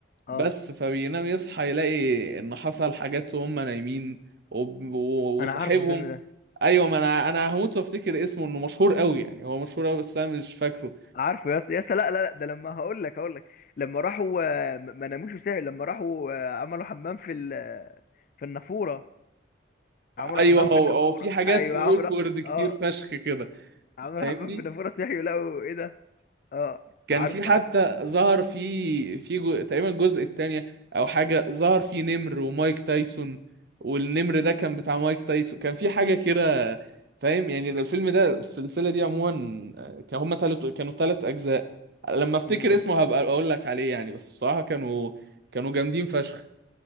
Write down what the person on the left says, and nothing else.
اه
انا
عارفه الفيلم ده
عارفه يا اسطى يا اسطى لا لا لا ده لما هقول لك هقول لك لما راحوا آه، ما ما ناموش وسهل لما راحوا آه، عملوا حمام في ال- في النافوره عملوا
حمام
في النافوره
ايوه
عملوا
اه
عملوا
حمام في النافوره صحيوا لقوا ايه ده اه
عارف
عارف
مم.